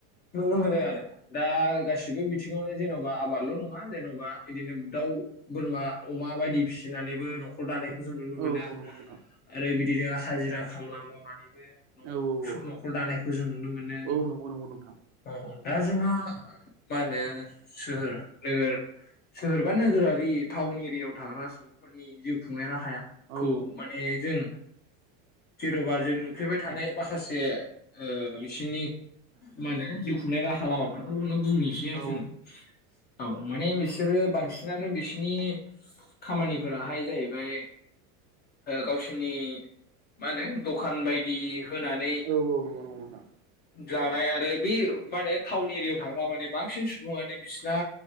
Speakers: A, on the left (about 25°); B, on the right (about 50°).
A: नुनो मोनो आरो। दा गासिबो बिथिङावनो जेन'बा आबादल' नङा जेन'बा बिदिनो दाउ बोरमा अमा बायदि फिसिनानैबो न'ख खर दानायखौ जों नुनो मोनो
B: औ नंगौ नंगौ नोंथां
A: आरो बिदिनो हाजिरा खाम मावनानै नैबो
B: औ नंगौ नोंथां औ औ
A: न'खर दानायखौ जों नुनो मोनो।
B: औ नंगौ नंगौ नोंथां
A: औ दा जोंहा मा होनो सोहोर नोगोर सोहोरबा नोगोरारि टाउन एरियाायाव थाग्रा सुबुं फोरनि जिउ खुंनाय राहाखौ
B: औ
A: माने जों जेन'बा जों नुफ्लेबाय थानाय माखासे बिसनि मा होनो जिउ खुंनाय राहा लामाफोरखौनो बुंनोसै
B: औ
A: जोङो। औ माने बिसोरो बांसिनानो बिसिनि खामानिफोराहाय जाहैबाय गावसोरनि मा होनो दखान बायदि होनानै
B: औ औ नंगौ नंगौ नोंथां
A: जानाय आरो बे माने टाउन एरियायाव थाग्रा माने बांसिन बुङो दै बिसना